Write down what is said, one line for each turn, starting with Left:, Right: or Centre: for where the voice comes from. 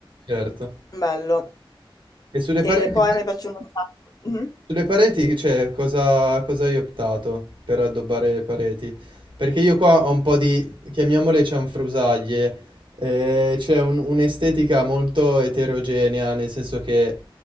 Right: certo.
Left: Bello.
Right: E sulle pareti?
Left: E poi a me piacciono un sacco. Mhm.
Right: Sulle pareti, cioè, cosa, cosa hai optato per addobbare le pareti? Perché io qua ho un po' di, chiamiamole cianfrusaglie, eh, c'è un- un'estetica molto eterogenea, nel senso che